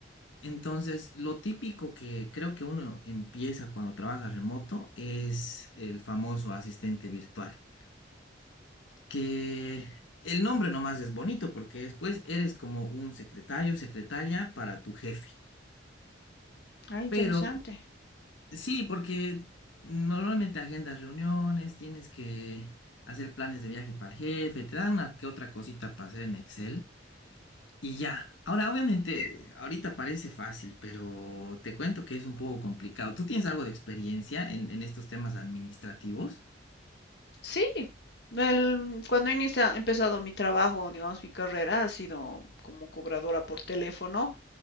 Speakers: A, on the left; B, on the left.
A: Entonces, lo típico que creo que uno empieza cuando trabaja remoto es el famoso asistente virtual, que el nombre nomás es bonito porque después eres como un secretario, secretaria para tu jefe.
B: Ah, interesante.
A: Pero sí, porque normalmente agendas reuniones, tienes que hacer planes de viaje para el jefe, te da una que otra cosita para hacer en Excel y ya. Ahora, obviamente, ahorita parece fácil, pero te cuento que es un poco complicado. ¿Tú tienes algo de experiencia en, en estos temas administrativos?
B: Sí, el- cuando inicia, he empezado mi trabajo, digamos, mi carrera ha sido como cobradora por teléfono